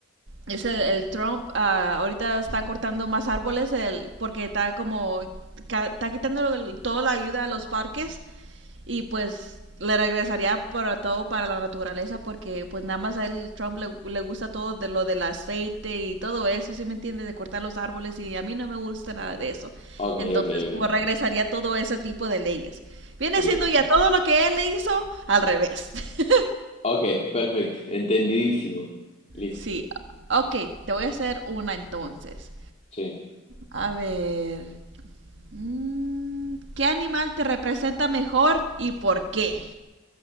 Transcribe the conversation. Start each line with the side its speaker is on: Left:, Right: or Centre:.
Right: es el, el Trump, ah, ahorita está cortando más árboles el, porque está como ca- está quitando el- toda la ayuda a los parques y pues le regresaría para todo para la naturaleza porque pues nada más a él Trump le, le gusta todo de lo del aceite y todo eso, ¿sí me entiendes? De cortar los árboles y a mí no me gusta nada de eso.
Left: Ok,
Right: Entonces
Left: ok, ok.
Right: como regresaría todo ese tipo de leyes. Viene
Left: Bien.
Right: siendo ya todo lo que él le hizo al revés. <laughs>
Left: Ok, perfecto. Entendidísimo. Listo.
Right: Sí, ok, te voy a hacer una entonces.
Left: Sí.
Right: A ver, mm, ¿qué animal te representa mejor y por qué?